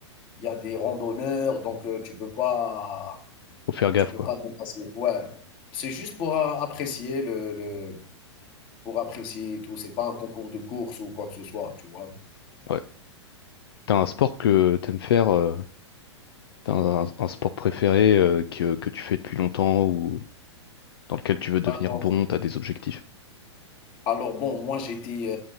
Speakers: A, on the left (about 35°); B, on the left (about 55°).
A: il y a des randonneurs, donc heu, tu peux pas
B: Faut faire gaffe
A: tu peux
B: quoi.
A: pas dépasser ouais. C'est juste pour a apprécier le le pour apprécier et tout, c'est pas un concours de course ou quoi que ce soit, tu vois?
B: Ouais. T'as un sport que t'aimes faire, euh, t'as un, un sport préféré euh, que, que tu fais depuis longtemps ou dans lequel tu veux devenir
A: Alors
B: bon, t'as des objectifs.
A: alors bon, moi j'étais,